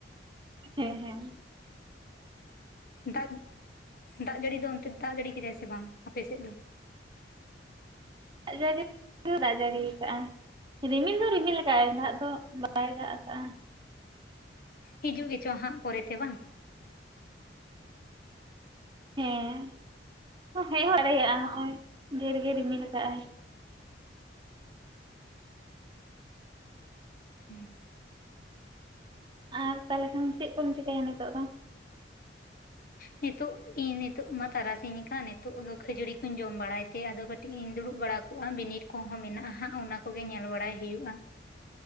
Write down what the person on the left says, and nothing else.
ᱫᱟᱜ, ᱫᱟᱜ ᱡᱟᱹᱲᱤ ᱫᱚ ᱚᱱᱛᱮ ᱫᱟᱜ ᱡᱟᱹᱲᱤ ᱠᱮᱫᱟᱭ ᱥᱮ ᱵᱟᱝ ᱟᱯᱮ ᱥᱮᱫ ᱫᱚ?
ᱦᱤᱡᱩᱜ ᱜᱮᱪᱚ ᱦᱟᱸᱜ ᱯᱚᱨᱮᱛᱮ ᱵᱟᱝ?
ᱦᱩᱸ ᱾
ᱱᱤᱛᱚᱜ ᱤᱧ ᱱᱤᱛᱚᱜ ᱢᱟ ᱛᱟᱨᱟᱥᱤᱧ ᱟᱠᱟᱱ ᱱᱤᱛᱳᱜ ᱫᱚ ᱠᱷᱟᱹᱡᱟᱹᱲᱤ ᱠᱚᱧ ᱡᱚᱢ ᱵᱟᱲᱟᱭ ᱛᱮ ᱟᱫᱚ ᱠᱟᱹᱴᱤᱡ ᱤᱧ ᱫᱩᱲᱩᱵ ᱵᱟᱲᱟ ᱠᱚᱜ-ᱟ, ᱵᱤᱱᱤᱰ ᱠᱚᱦᱚᱸ ᱢᱮᱱᱟᱜ-ᱟ ᱦᱟᱸᱜ ᱚᱱᱟ ᱠᱚᱜᱮ ᱧᱮᱞ ᱵᱟᱲᱟᱭ ᱦᱩᱭᱩᱜ-ᱟ ᱾